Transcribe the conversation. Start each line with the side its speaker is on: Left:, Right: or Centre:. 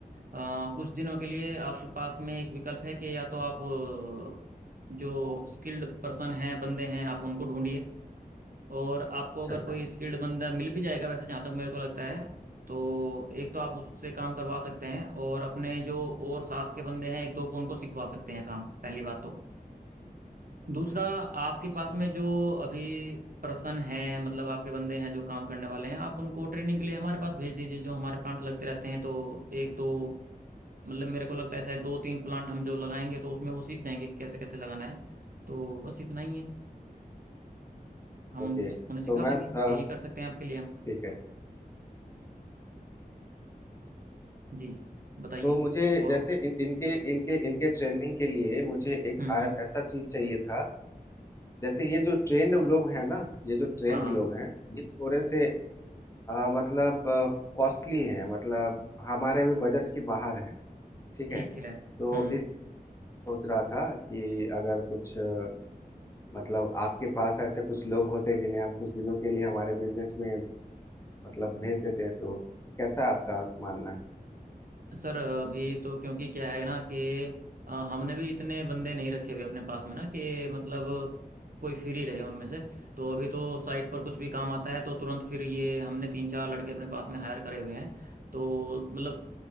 Right: अ, कुछ दिनों के लिए आपके पास में एक विकल्प है कि या तो आप अ, जो स्किल्ड पर्सन हैं बंदे हैं आप उनको ढूंढिए और आपको
Left: अच्छा
Right: अगर
Left: अच्छा
Right: कोई स्किल्ड बंदा मिल भी जाएगा वैसे जहाँ तक मेरे को लगता है तो एक तो आप उससे काम करवा सकते हैं और अपने जो और साथ के बंदे हैं एक दो को उनको सिखवा सकते हैं काम पहली बात तो दूसरा आपके पास
Left: अच्छा
Right: में जो अभी पर्सन है मतलब आपके बंदे हैं जो काम करने वाले हैं आप उनको ट्रेनिंग के लिए हमारे पास भेज दीजिए जो हमारे प्लांट लगते रहते हैं तो एक दो मतलब मेरे को लगता है शायद दो तीन प्लांट हम जो लगाएंगे तो उसमें वो सीख जाएंगे कि कैसे कैसे लगाना है तो बस इतना ही है हम
Left: ओके
Right: उनसे
Left: तो
Right: उन्हें सिखा
Left: मैं
Right: देंगे कि
Left: अ,
Right: ये कर सकते हैं आपके लिए हम
Left: ठीक है
Right: जी बताइए
Left: तो मुझे
Right: और
Left: जैसे इन, इनके
Right: हम्म
Left: इनके इनके ट्रेनिंग के लिए मुझे एक
Right: हम्म
Left: आ,
Right: हम्म,
Left: ऐसा चीज चाहिए था जैसे ये जो ट्रेंड लोग हैं ना ये जो ट्रेंड
Right: हाँ हाँ
Left: लोग हैं ये थोड़े से अ, मतलब कॉस्टली हैं मतलब हमारे अभी बजट के बाहर है ठीक
Right: ठीक
Left: है
Right: है
Left: तो
Right: हम्म
Left: इस सोच रहा था कि अगर कुछ अ, मतलब आपके पास ऐसे कुछ लोग होते जिन्हें आप कुछ दिनों के लिए हमारे बिजनेस में मतलब भेज देते तो कैसा आपका मानना है
Right: सर अभी तो क्योंकि क्या है ना कि अ, हमने भी इतने बंदे नहीं रखे हुए अपने पास में ना कि मतलब कोई फ्री रहे उनमें से तो अभी तो साइट पर कुछ भी काम आता है तो तुरंत फिर ये हमने तीन चार लड़के अपने पास में हायर करे हुए हैं तो मतलब